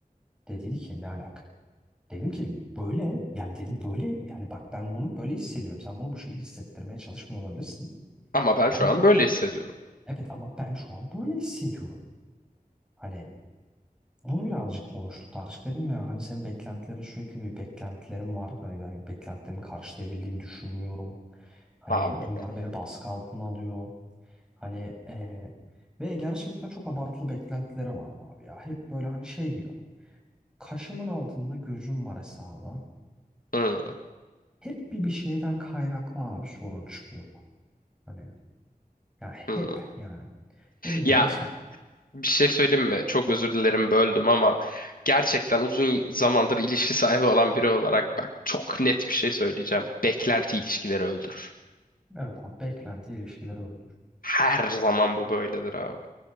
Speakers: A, in the centre; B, on the left (about 65°).
A: Dediydi ki ne alaka? Dedim ki böyle yani dedim böyle yani bak ben bunu böyle hissediyorum. Sen bunu bu şekilde hissettirmeye çalışmıyor olabilirsin.
B: Ama ben
A: Ama
B: şu an böyle hissediyorum.
A: evet ama ben şu an böyle hissediyorum. Hani Bunu birazcık konuştuk tartıştık dedim ya hani senin beklentilerin sürekli bir beklentilerim var. Hani ben beklentilerimi karşılayabildiğimi düşünmüyorum. Hani
B: Abi.
A: bunlar beni baskı altına alıyor. Hani eee, ve gerçekten çok abartılı beklentileri vardı abi ya. Hep böyle hani şey gibi. Kaşımın altında gözüm var hesabı.
B: Hı,
A: Hep bir bir şeyden kaynaklı abi sorun çıkıyordu. Hani ya hep
B: hı.
A: yani. Ne bileyim
B: Ya
A: mesela
B: bir şey söyleyeyim mi? Çok özür dilerim böldüm ama gerçekten uzun zamandır ilişki sahibi olan biri olarak bak çok net bir şey söyleyeceğim. Beklenti ilişkileri öldürür.
A: evet abi beklenti ilişkileri öldür.
B: Her zaman bu böyledir abi.